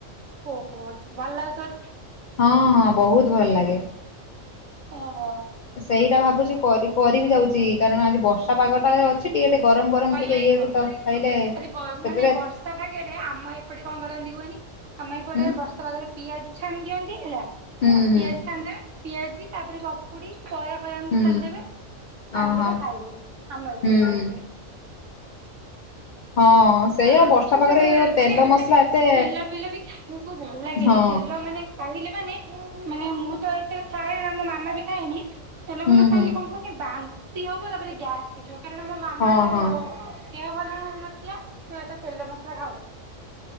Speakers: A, on the right; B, on the left.
A: ଓହୋ ଭଲ ଲାଗୁଥିବ ତ
B: ହଁ ବହୁତ ଭଲ ଲାଗେ।
A: ଅହ।
B: ସେଇଟା ଭାବୁଛି କରି କରିିବି ଯାଉଛି କାରଣ ଆଜି ବର୍ଷା ପାଗଟାଏ ଅଛି। ଟିକେ ଟିକେ ଗରମ ଗରମ
A: ଭଲ
B: ଟିକେ
A: ଲାଗିବ
B: ଇଏ ତ ଖାଇଲେ
A: ଆଜି
B: ସେଥିରେ
A: ମାନେ ବର୍ଷା ପାଗରେ ଆମ ଏ ଏପଟେ କଣ କରନ୍ତି କୁହନି ଆମ ଏପଟେ
B: ହୁଁ
A: ବର୍ ବର୍ଷା ପାଗରେ ପିଆଜି ଛାଣି ଦିଅନ୍ତି ହେଲା
B: ହୁଁ ହୁଁ
A: ପିଆଜି ଛାଣି ଦେବେ ପିଆଜି ତାପରେ ପକୁଡ଼ି। କଳା କଳା ଏମିତି
B: ହୁଁ
A: ଛାଣିଦେବେ ଛାଣିଦେବେ
B: ଓହୋ
A: ଖାଇବେ ଆମ ଏପଟେ
B: ହୁଁ
A: ଲାଇନ ରେ।
B: ହଁ। ସେଇଆ
A: ଆ ଆମର
B: ବର୍ଷା
A: ତ
B: ପାଗରେ
A: ସେ
B: ଏଇ ଯୋଉ ତେଲ
A: ମାନେ ଏମିତି
B: ମସଲା
A: କି
B: ଏତେ
A: ତେଲ ମେଲ ବି ଖାଇବାକୁ ଭଲ ଲାଗେନି
B: ହଁ
A: ତେଲ ମାନେ ଖାଇଲି ମାନେ ମାନେ ମୁଁ ତ ଏତେ ଖାଏନା ମୋ ମାମା ବି ଖାଏନି। ତେଲ ଫେଲ
B: ହୁଁ
A: ଖାଇଲେ
B: ହୁଁ
A: କଣ କ ବାନ୍ତି ହବ ତାପରେ ଗ୍ୟାସ୍ ହେଇଯିବ କାରଣ ମୋ ମାମାର
B: ହଁ ହଁ
A: ଦେହ ଭଲ ହେଇନଥିଲା ସେ ଏତେ ତେଲ ମସଲା ଖାଉ